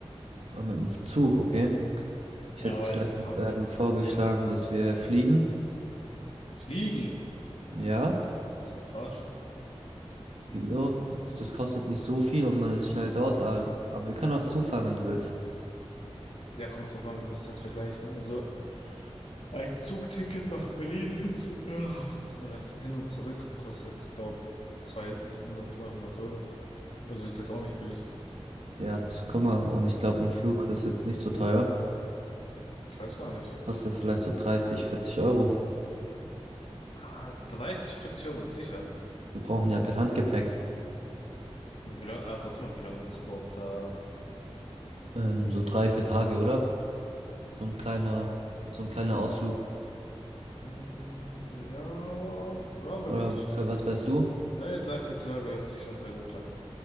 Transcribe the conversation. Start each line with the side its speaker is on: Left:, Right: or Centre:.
Right: Ah, mit dem Zug, okay. Ich
Left: Ja,
Right: hätte jetzt
Left: weil
Right: vielleicht
Left: die Park
Right: ähm, vorgeschlagen, dass wir fliegen.
Left: fliegen.
Right: Ja,
Left: Willst du mich verarschen?
Right: wieso? Das kostet nicht so viel und man ist schnell dort. al- Aber wir können auch Zug fahren, wenn du willst.
Left: Ja, kommt drauf an, wir müssen halt vergleichen. Also, ein Zugticket nach Berlin hin, zu- ach, tut mir leid, hin und zurück kostet, glaub, 200, 300 Euro. Also ist jetzt auch nicht billig.
Right: Ja, z- guck mal. Und ich glaube, ein Flug ist jetzt nicht so teuer.
Left: Ich weiß gar nicht.
Right: Kostet vielleicht so dreißig, vierzig Euro.
Left: Ah, da weiß ich 40 Euro sicher.
Right: Wir brauchen ja kein Handgepäck.
Left: Wie lange, ah, warte mal, wie lange willst du überhaupt da
Right: Ähm, so drei, vier Tage, oder? So ein kleiner, so ein kleiner Ausflug.
Left: Ähm, ja, ja, wäre
Right: Oder
Left: gut eigentlich.
Right: für was wärst du?
Left: Ne, drei, vier Tage hört sich schon sehr gut an.